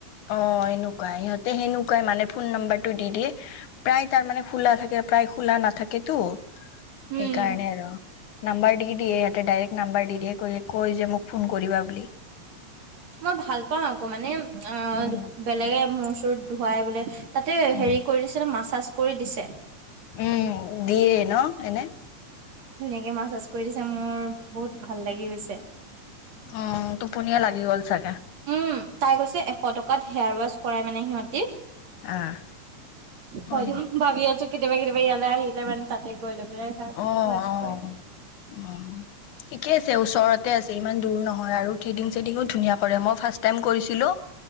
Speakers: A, on the left (about 85°); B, on the right (about 60°).
A: অ এনেকুৱাই ইহঁতে সেনেকুৱাই মানে ফোন নম্বাৰটো দি দিয়ে প্ৰায় তাৰ মানে খোলা থাকে। <unintelligible> প্ৰায় খোলা নাথাকেতো
B: উম
A: সেইকাৰণে আৰু নাম্বাৰ দি দিয়ে সিহঁতে ডাইৰেক্ট নাম্বাৰ দি দিয়ে কয় যে মোক ফোন কৰিবা বুলি। <unintelligible>
B: মই ভাল পাও আকৌ মানে অ
A: উম
B: বেলেগে মোৰ চৰত ধোৱাই বোলে। <unintelligible> তাতে
A: উম।
B: হেৰি কৰি দিছে ন মাছাজ কৰি দিছে।
A: উম দিয়ে ন এনে
B: এনেকে মাছ চাছ কৰি দিছে মোৰ বহুত ভাল লাগি গৈছে।
A: উম টোপনীয়ে লাগি গ'ল চাগে।
B: উম তাই কৈছে এশ টকাত হেয়াৰ ৱাছ কৰাই মানে সিহঁতি
A: আহ। হয়
B: মইতো
A: নেকি
B: ভাবি আছো কেতিয়াবা কেতিয়াবা ইয়ালৈ আহিলে মানে তাতে গৈ লৈ। <unintelligible>
A: আহ
B: ৱাছ
A: আহ
B: কৰে
A: উ। ঠিকে আছে ওচৰতে আছে ইমান দূৰ নহয় আৰু থ্ৰেডিং চেডিংটো ধুনীয়া কৰে মই ফাৰ্ষ্ট টাইম কৰিছিলো।